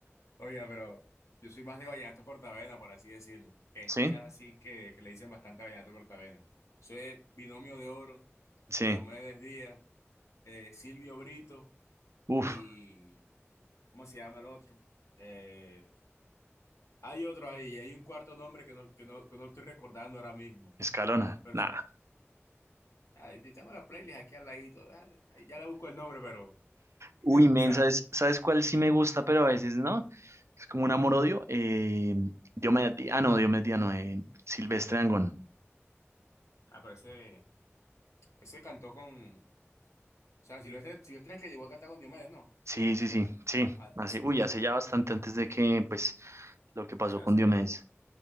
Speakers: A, on the left; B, on the right.
A: Oiga, pero yo soy más de vallenato cortavena, por así decirlo. Que he escuchado
B: Sí,
A: así que, que le dicen bastante vallenato cortavena. Soy Binomio de Oro,
B: sí,
A: Diomedes Díaz, eh, Silvio Brito
B: uf,
A: y... ¿Cómo se llama el otro? Eh, hay otro ahí, hay un cuarto nombre que no, que no, que no estoy recordando ahora mismo.
B: Escalona,
A: Pero,
B: nada.
A: o sea, ah, y tengo la playlist aquí al ladito. ah, Ya le busco el nombre, pero... <laughs>
B: Uy,
A: O
B: men,
A: sea,
B: ¿sabes, sabes cuál sí me gusta, pero a veces no? Es como un amor-odio. Eh, Diomedes Díaz, ah, no, Diomedes Díaz, no, eh, Silvestre Angón.
A: ah, pero ese... Ese cantó con. O sea, Silvestre, Silvestre es el que llegó a cantar con Diomedes, ¿no?
B: Sí, sí, sí, sí,
A: Ah,
B: así,
A: sí,
B: uy,
A: sí, sí.
B: hace
A: O
B: ya bastante antes de que, pues, lo que pasó
A: sea,
B: con
A: hace
B: Diomedes.
A: rato.